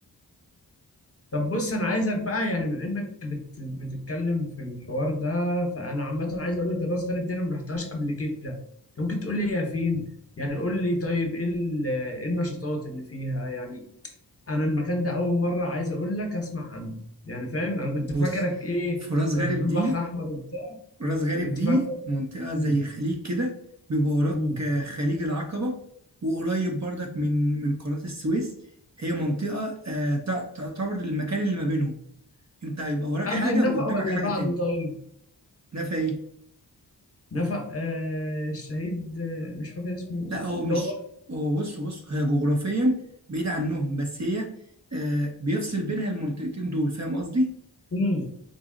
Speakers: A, on the left; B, on the right.
A: طب بص انا عايزك بقى يعني بما انك بت... بتتكلم في الحوار ده فانا عامه عايز اقول لك الراس غارب دي انا ما رحتهاش قبل كده انت ممكن تقول لي هي فين يعني قول لي طيب ايه ال... ايه النشاطات اللي فيها يعني انا المكان ده اول مره عايز اقول لك اسمع عنه يعني فاهم انا كنت
B: بص
A: فاكرك ايه
B: في راس غارب
A: لما بتقول
B: دي
A: بحر احمر وبتاع
B: راس غارب
A: كنت
B: دي
A: فاكر
B: منطقة زي
A: مم.
B: خليج كده بيبقى وراك
A: مم.
B: آه، خليج العقبة وقريب برضك من من قناة السويس هي منطقة آه، تع- تعتبر المكان اللي ما بينهم انت هيبقى وراك
A: قبل
B: حاجة
A: النفق
B: وقدامك
A: ولا
B: حاجة
A: بعده
B: تاني
A: طيب
B: ده في ايه؟
A: نفق آه الشهيد آه مش فاكر اسمه
B: لا
A: ايه ده
B: هو
A: اللي
B: مش
A: هو
B: هو بص بص هي جغرافيا بعيد عنهم بس هي آه، بيفصل بينها المنطقتين دول فاهم قصدي؟
A: مم.